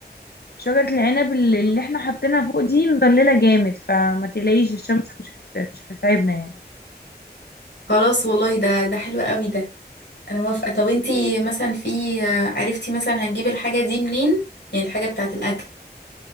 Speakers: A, on the left; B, on the left.
A: شجرة العنب اللي اللي احنا حاطينها فوق دي مضللة جامد فما تقلقيش الشمس مش هت- مش هتتعبنا يعني
B: خلاص والله ده ده حلو قوي ده انا موافقة طب انتي مثلا في عرفتي مثلا هنجيب الحاجة دي منين يعني الحاجة بتاعة الاكل